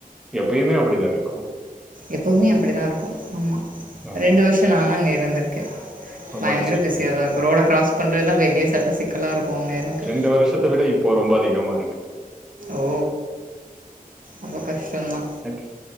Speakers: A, in the centre; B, on the right.
A: எப்பயுமே அப்டிதா இருக்கு
B: எப்பவுமே அப்டித்தா இருக்கு ஆமா
A: ஆமா.
B: ரெண்டு வருஷோ நானு அங்க இருந்திருக்கே
A: ரொம்ப
B: பயங்கர
A: கஷ்டம்.
B: பிஸியா தா இருக்கு ரோட கிராஸ் பண்றதுதா பெரிய சட்ட சிக்கலா இருக்கு அங்க எனக்கு
A: ரெண்டு வருஷத்தை விட இப்போ ரொம்ப அதிகமா இருக்கு
B: ஓ அப்ப கஷ்டந்தா
A: நக்கி